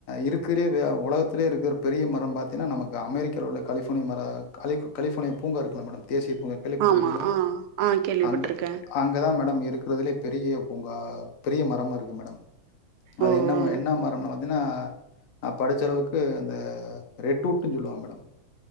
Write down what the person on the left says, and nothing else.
இருக்குறதிலயே வே உலகத் திலேயே இருக்கிற பெரிய மரோம் பாத்தீன்னா நமக்கு அமெரிக்காவுல உள்ள கலிஃபோர்னியா மரோ கலிஃப் கலிஃபோர்னியா பூங்கா இருக்குல்ல மேடம் தேசிய பூங்கா கேள்விப்பட்டிருக்கீகளா
அங் அங்கதா மே மேடம் இருக்கறதுலயே பெரிய பூங்கா பெரிய மரம் இருக்கு மேடம் அது
என்ன
என்ன மரம்னு பா தின்னா நான் படிச்ச அளவுக் அந்த ரெட்வுட்ன்னு சொல்லுவாங்க மேடம்